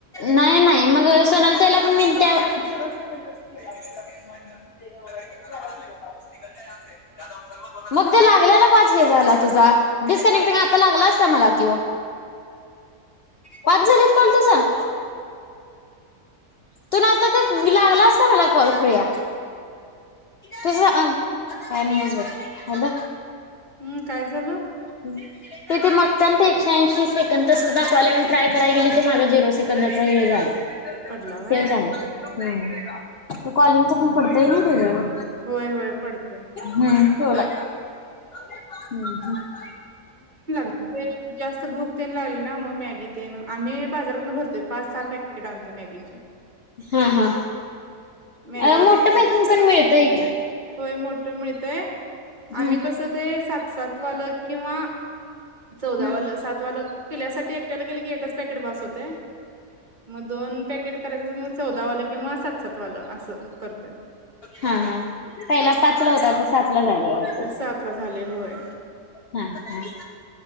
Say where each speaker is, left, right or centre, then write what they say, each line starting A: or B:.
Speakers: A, on the left; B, on the right.
A: नाही नाही मग सोनाल त्याला पण मी त्या <unintelligible> मग ते लागल्याला पाच हे झाला तुझा दि- आता लागला अस मला तो. पाच झालेत कॉल तुझं. त आता त लागलाच ना मला कल खोळ्या. तुस अंग काय नाहीस बर हला.
B: हम्म काय झालं.
A: हम्. तिथे मगता ते एकशेऐंशी सेकंद तस दाखवायला ट्राय कराय गेली ते माझा झिरो सेकंदाचा हे झाला
B: पडला व्हय?
A: शेव झाला
B: हं, हं.
A: हम्म त कॉलिंगच
B: हां,
A: पण
B: हां.
A: पडतय ना त्याच्यावर
B: होय, होय पडतंय.
A: हम् ठवला. <unintelligible>
B: ग जास्त भूक तेन लागली ना मग मॅगी तेन आम्ही बाजारातून भरतोय. पाच सहा पॅकेट आणते मॅगीचे.
A: हा हा.
B: मॅगी
A: अ मोठं
B: असते
A: पॅकिंग पण मिळतंय की
B: होय मोठ मिळतय.
A: हम्म
B: आम्ही कसं ते सात सात वाल किंवा चौदावालं
A: हम्म.
B: सातवालं पिल्यासाठी एकट्याला गेले की एकच पॅकेट बस होते. मग दोन पॅकेट करायचं अस किवा चौदा वालं किंवा सात सात वालं असं करतय.
A: हा हा पहिला पाचला होता तर सातलं झालेवर.
B: सात ला झाले होय.
A: हम् हम.